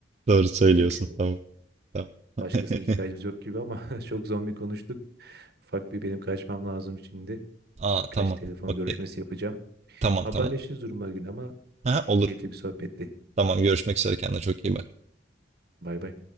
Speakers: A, on the right; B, on the right.
A: Doğru söylüyorsun.
B: bir tık
A: Tamam. Tamam. <laughs>
B: başkasına ihtiyacımız yok gibi ama <laughs> çok zombi konuştuk. Ufak bir benim kaçmam lazım şimdi.
A: Aa
B: Birkaç
A: tamam.
B: telefon
A: Okey.
B: görüşmesi yapacağım.
A: Tamam
B: Haberleşiriz
A: tamam.
B: duruma gün ama
A: Ha, olur.
B: keyifli bir sohbetti.
A: Tamam görüşmek üzere kendine çok iyi bak.
B: Bay bay.